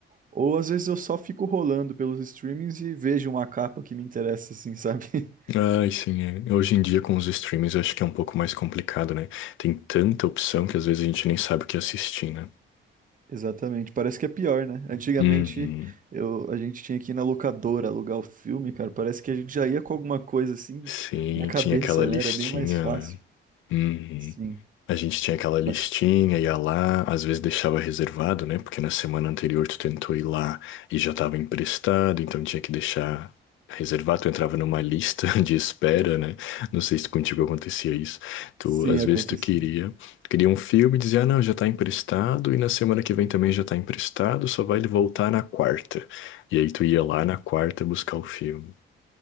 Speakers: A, on the right; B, on the left.
A: Ou às vezes eu só fico rolando pelos streamings e vejo uma capa que me interessa, assim, <laughs> sabe?
B: Ai, sim, é. Hoje em dia com os streams eu acho que é um pouco mais complicado, né? Tem tanta opção que às vezes a gente nem sabe o que assistir, né?
A: Exatamente, parece que é pior, né? Antigamente
B: Uhum.
A: eu, a gente tinha que ir na locadora alugar o filme, cara. Parece que a gente já ia com alguma coisa assim
B: Sim,
A: na cabeça,
B: tinha aquela listinha,
A: né? Era bem mais fácil.
B: né? Uhum.
A: Sim,
B: A gente tinha aquela listinha,
A: mas
B: ia lá, às vezes deixava reservado, né? Porque na semana anterior tu tentou ir lá e já estava emprestado, então tinha que deixar reservado. Tu entrava numa lista <laughs> de espera, né? Não sei se contigo acontecia isso. Tu,
A: sim
B: às
A: acontecia.
B: vezes tu queria, tu queria um filme e dizia, ah, não, já tá emprestado e na semana que vem também já tá emprestado, só vai ele voltar na quarta. E aí tu ia lá na quarta buscar o filme.